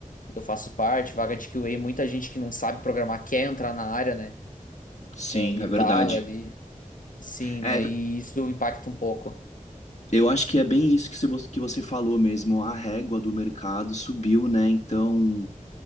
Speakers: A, on the left; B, on the left.
A: Eu faço parte, vaga de QA, muita gente que não sabe programar quer entrar na área, né?
B: Sim,
A: E
B: é verdade.
A: tal ali. Sim,
B: É.
A: né? E isso impacta um pouco.
B: Eu acho que é bem isso que você, que você falou mesmo. A régua do mercado subiu, né? Então,